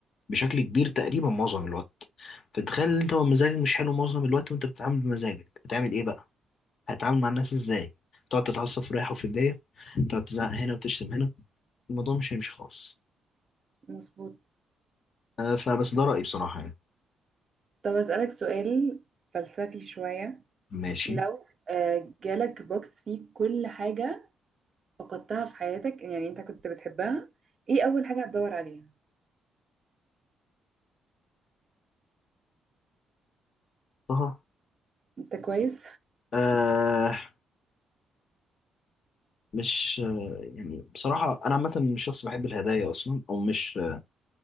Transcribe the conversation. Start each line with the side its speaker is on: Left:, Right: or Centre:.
Left: بشكل كبير تقريبا معظم الوقت فتخيل ان انت مزاجك مش حلو معظم الوقت وانت بتتعامل بمزاجك هتعمل ايه بقى هتتعامل مع الناس ازاي تقعد تتعصب في رايح وفي جايه تقعد تزعق هنا وتشتم هنا الموضوع مش هيمشي خالص
Right: مظبوط
Left: آه فبس ده رأيي بصراحة يعني
Right: طب أسألك سؤال فلسفي شوية
Left: ماشي
Right: لو آه، جالك بوكس فيه كل حاجة فقدتها في حياتك يعني انت كنت بتحبها ايه أول حاجة هتدور عليها؟
Left: طه
Right: انت كويس؟
Left: آه مش آه يعني بصراحة أنا عامة مش شخص بحب الهدايا أصلا أو مش